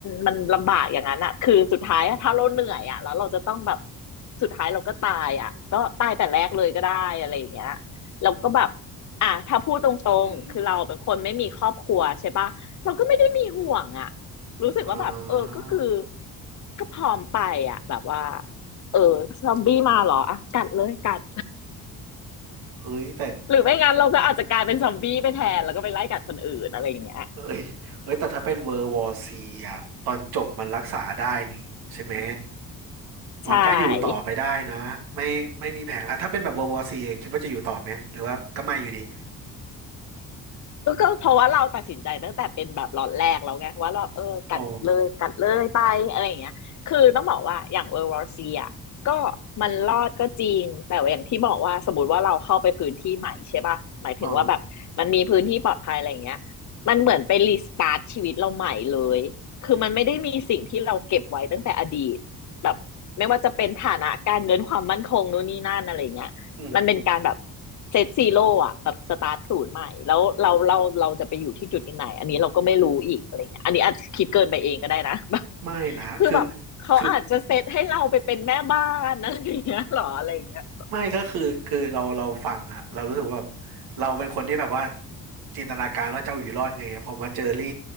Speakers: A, on the left (about 55°); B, on the right (about 85°).
A: มันลำบากอย่างนั้นอะคือสุดท้ายถ้าเราเหนื่อยอะแล้วเราจะต้องแบบสุดท้ายเราก็ตายอะก็ตายแต่แรกเลยก็ได้อะไรอย่างเงี้ยแล้วก็แบบ
B: โอ้
A: อ่ะถ้าพูดตรงๆคือเราเป็นคนไม่มีครอบครัวใช่ปะเราก็ไม่ได้มีห่วงอะ
B: อืม
A: รู้สึกว่าแบบเออก็คือ
B: อ่า
A: ก็พร้อมไปอะแบบว่าเออซอมบี้มาเหรออ่ะกัดเลยกัด
B: เฮ้ยแต่
A: หรือไม่งั้นเราก็อาจจะกลายเป็นซอมบี้ไปแทนแล้วก็ไปไล่กัดคนอื่นอะไรอย่างเงี้ย
B: เอ้ยเฮ้ยแต่ถ้าเป็นเวอร์วอร์ซีอ่ะตอนจบมันรักษาได้นี่ใช่ไหม
A: ใช่
B: มันก็อยู่ต่อไปได้นะ ไม่ไม่มีแผลอ่ะถ้าเป็นแบบเวอร์วอร์ซีคิดว่าจะอยู่ต่อไหมหรือว่าก็ไม่อยู่ดี
A: ก็ก็เพราะว่าเราตัดสินใจตั้งแต่เป็นแบบล็อตแรกแล้วไงว่าเราเออกัดเลยกัดเลยไปอะไรอย่างเงี้ยคือต้องบอกว่าอย่าง
B: อ๋อ
A: World War C อ่ะก็มันรอดก็จริงแต่ว่าอย่างที่บอกว่าสมมติว่าเราเข้าไปพื้นที่ใหม่ใช่ปะหมายถึงว่าแบบมันมีพื้นที่ปลอดภัยอะไรอย่างเงี้ยมันเหมือนไปรีสตาร์ทชีวิตเราใหม่เลยคือมันไม่ได้มีสิ่งที่เราเก็บไว้ตั้งแต่อดีตแบบไม่ว่าจะเป็นฐานะการเงินความมั่นคงนู่นนี่นั่นอะไรอย่างเงี้ย
B: อ๋อ อืมอืม
A: มันเป็นการแบบเซตซีโร่อะแบบสตาร์ทศูนย์ใหม่แล้วเราเราเราจะไปอยู่ที่จุดไหนอันนี้เราก็ไม่รู้อีกอะไรเงี้ยอันนี้อาจจะคิดเกินไปเองก็ได้นะ <laughs>
B: ไม่นะคือ
A: คือแบบเขาอาจจะเซตให้เราไปเป็นแม่บ้านอะไรเงี้ยหรออะไรเงี้ย
B: คือไม่ก็คือคือเราเราฟังอะเรารู้สึกว่าแบบเราเป็นคนที่แบบว่าจินตนาการว่าเจ้าอยู่รอดไงพอมาเจอรี่